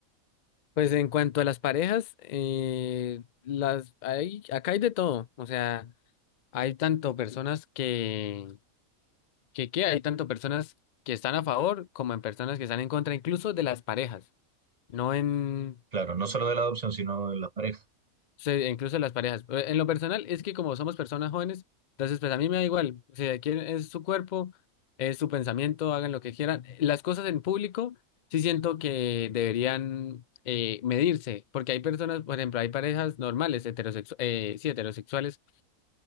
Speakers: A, on the left (about 90°); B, on the right (about 35°).
A: Pues en cuanto a las parejas, eh, las hay, acá hay de todo. O sea, hay tanto personas que, que, que hay tanto personas que están a favor como en personas que están en contra, incluso de las parejas. No en
B: Claro, no solo de la adopción, sino de la pareja.
A: Sí, incluso las parejas. Eh, En lo personal, es que como somos personas jóvenes, entonces pues a mí me da igual. Si quieren, es su cuerpo, es su pensamiento, hagan lo que quieran. Las cosas en público sí siento que deberían eh, medirse, porque hay personas, por ejemplo, hay parejas normales, heterosexu- eh, sí, heterosexuales,